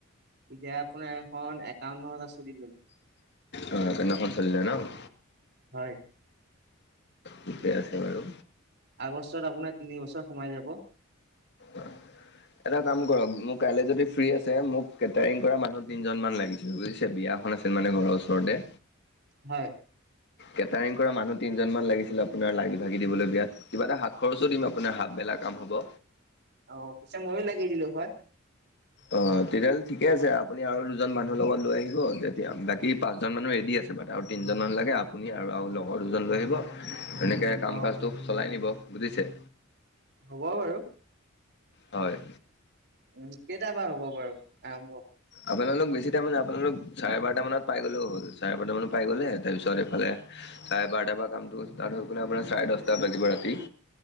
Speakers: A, on the right (about 55°); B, on the left (about 55°).
A: এতিয়া আপোনাৰ এখন একাউন্ন হাজাৰ চলি গ'ল।
B: অ', একাউন্ন হাজাৰ চলিলে ন!
A: হয়।
B: ঠিকে আছে বাৰু।
A: আগষ্টত আপোনাৰ তিনি বছৰ সোমাই যাব।
B: অ'। এটা কাম কৰক মোৰ কাইলৈ যদি ফ্ৰী আছে মোক কেটাৰিং কৰা মানুহ তিনজন মান লাগিছিল বুজিছে। বিয়া এখন আছিল মানে ঘৰৰ ওচৰতে।
A: হয়।
B: কেটাৰিং কৰা মানুহ তিনজন মান লাগিছিল আপোনাৰ লাগি ভাগি দিবলৈ বিয়াত কিবা এটা হাত খৰচো দিম আপোনাৰ হাত বেলাক কাম হ'ব।
A: অ', পিছে ময়ো লাগি দিলো হয়।
B: অ', তেতিয়াহ'লে ঠিকে আছে আপুনি আৰু দুজন মানুহৰ লগত লৈ আহিব তেতিয়া বাকী পাঁচজন মানুহ ৰেডি আ আছে আৰু তিনজন লাগে আপুনি আৰু লগৰ দুজন লৈ আহিব। তেনেকৈ কাম
A: অ
B: কাজটো চলাই নিব বুজিছে।
A: হ'ব বাৰু।
B: হয়।
A: উম, কেইটা পা হ'ব বাৰু আৰম্ভ?
B: আপোনালোক বেছি টাইম মানে আপোনালোক চাৰে বাৰটা মানত পাই গ'লেও হ'ল। চাৰে বাৰট মান পাই গ'লে তাৰপিছত এইফালে চাৰে বাৰটা পা কামটো ষ্টাৰ্ট হৈ গ'লে আপোনাৰ চাৰে দহটা বাজিব ৰাতি।